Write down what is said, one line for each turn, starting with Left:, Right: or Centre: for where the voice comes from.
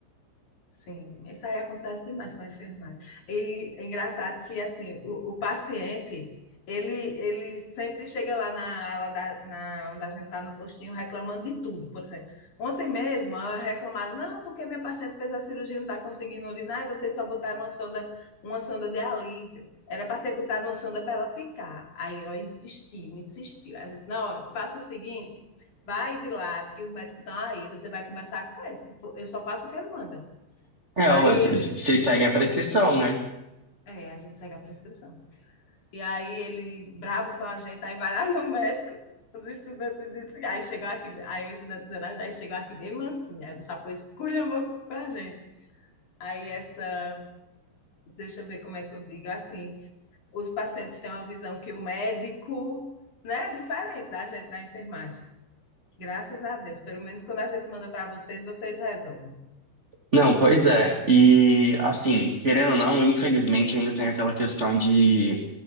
Left: Sim, isso aí acontece demais com a enfermagem. E é engraçado que, assim, o, o paciente, ele, ele sempre chega lá na ala da, na, onde a gente está no postinho reclamando de tudo. Por exemplo, ontem mesmo eu reclamava, não, porque minha paciente fez a cirurgia e não está conseguindo urinar e vocês só botaram uma sonda, uma sonda de alívio. Era para ter botado uma sonda para ela ficar. Aí eu insistiu, insistiu. A gente, não, olha, faça o seguinte, vai de lado, que os médicos estão aí, você vai conversar com eles, que fo- eu só faço o que ele manda.
Right: É,
Left: Aí
Right: ó, vocês
Left: ele,
Right: vocês seguem a prescrição, né?
Left: é, a gente segue a prescrição. E aí ele, brabo com a gente, aí vai lá no médico. Os estudantes dizem, aí chegou aqui, aí o estudante dizendo, "Ah, aí chegou aqui bem mansinha, aí dessa coisa esculhambou com a gente. Aí essa, deixa eu ver como é que eu digo, assim, os pacientes têm uma visão que o médico, né, é diferente da gente da enfermagem. Graças a Deus, pelo menos quando a gente manda para vocês, vocês resolvem.
Right: Não, pois é. E assim, querendo ou não, infelizmente ainda tem aquela questão de,